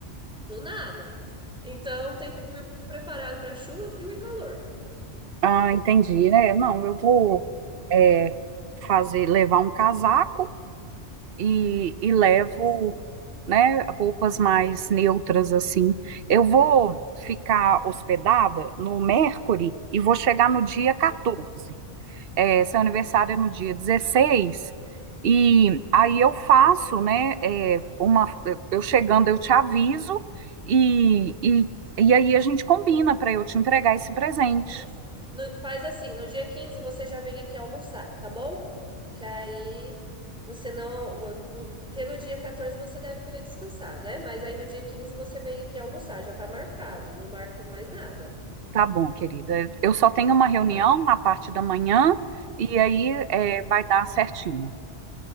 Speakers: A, in the centre; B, on the right (about 55°).
A: do nada. Então tem que vir preparado para chuva, frio e calor.
B: Ah, entendi, né? Não, eu vou é, fazer, levar um casaco e, e levo.
A: Isso.
B: né, roupas mais neutras assim. Eu vou ficar hospedada no Mercury e vou chegar no dia 14.
A: Uhum.
B: É, seu aniversário é no dia 16. E aí eu faço, né, é, uma, eu chegando eu te aviso e, e, e aí a gente combina para eu te entregar esse presente.
A: Isso. No- faz assim, no dia 15 você já vem aqui almoçar, tá bom? Que aí você não. vo- Porque no dia 14 você deve querer descansar, né? Mas aí no dia 15 você vem aqui almoçar, já tá marcado, não marca mais nada.
B: Tá bom, querida. Eu só tenho uma reunião
A: <laughs> Tá.
B: na parte da manhã e aí
A: Uhum.
B: é, vai dar certinho.